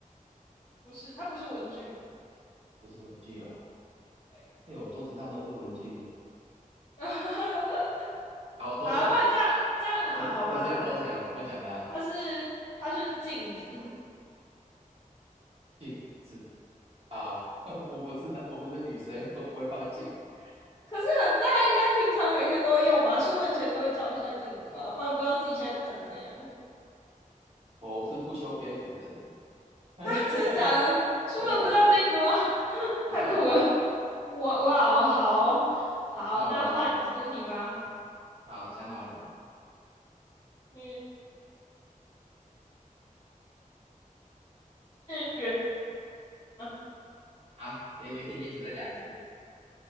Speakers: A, on the left; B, on the right.
A: <laughs> 不是，它不是文具。
B: 不是文具啊、
A: 对。
B: 哎呦，我桌子上都是文具耶。
A: <laughs>
B: 好，我投降，
A: 好了，不然这样这样好好吧，
B: 我是我直接投降，怎么讲的？案，
A: 它是它是镜子，
B: 镜子啊，<laughs> 我不是男，我不是女生，我不会放镜子，
A: 可是很大，应该平常每天都会用吧？出门前都会照一下镜子吧，不然不知道自己现在长怎样。<laughs>
B: 我是不修边幅的人。<laughs>
A: 啊，真的假的？出门不照镜子吗？
B: 对啊，对啊，
A: <laughs>
B: 不照啊，
A: 太酷了！哇哇哦，好哦好，
B: 看我啊、
A: 那换你出题吧。
B: 好，想好了
A: 嗯，是人吗？
B: 啊，没没听清楚，再讲一次，